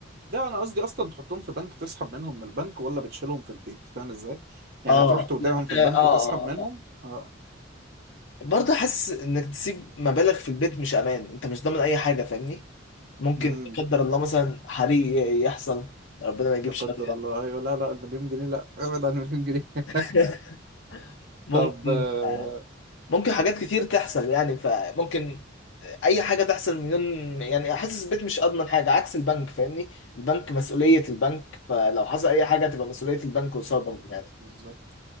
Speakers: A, on the right; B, on the left.
A: ده انا قصدي اصلا تحطهم في بنك تسحب منهم من البنك ولا بتشيلهم في البيت فاهم ازاي يعني
B: اه
A: تروح تودعهم
B: لا
A: في البنك
B: اه اه
A: وتسحب منهم
B: اه آه.
A: اه
B: برضه حاسس انك تسيب مبالغ في البيت مش امان انت مش ضامن اي حاجه فاهمني ممكن
A: امم
B: لا قدر الله مثلا حريق يحصل ربنا ما يجيب
A: ده
B: شر
A: قدر
B: يعني
A: الله ايوه لا لا المليون جنيه لا ابعد عن المليون جنيه <laughs>
B: <laughs> ممكن
A: طب آه،
B: آه، ممكن حاجات كتير تحصل يعني فممكن اي حاجه تحصل مليون يعني حاسس البيت مش اضمن حاجه عكس البنك فاهمني البنك مسؤوليه البنك فلو حصل اي حاجه تبقى مسؤوليه البنك قصادهم يعني
A: بالظبط